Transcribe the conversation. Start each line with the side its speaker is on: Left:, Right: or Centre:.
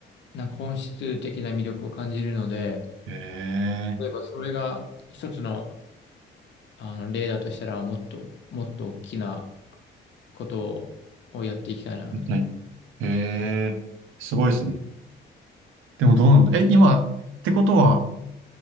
Left: なんか本質的な魅力を感じるので、
Right: え
Left: 例えばそれが一つの
Right: ー、
Left: あの、例だとしたら、もっと、もっと大きなことをやっていきたいな、
Right: みたい。
Left: みたいな。
Right: えー、すごいですね。でもどうなんだ。え、今、ってことは、